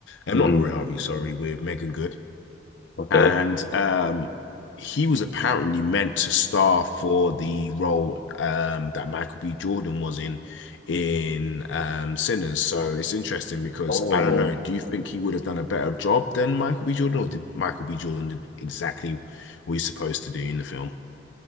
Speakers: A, on the left (about 85°); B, on the left (about 55°).
A: uh,
B: hmm
A: not Laurie Harvey, sorry, with Megan Good
B: Okay.
A: and um he was apparently meant to star for the role um that Michael B. Jordan was in in um Sinners. So it's interesting because
B: Oh.
A: I don't know, do you think he would have done a better job than Michael B. Jordan, or did Michael B. Jordan did exactly what he's supposed to do in the film?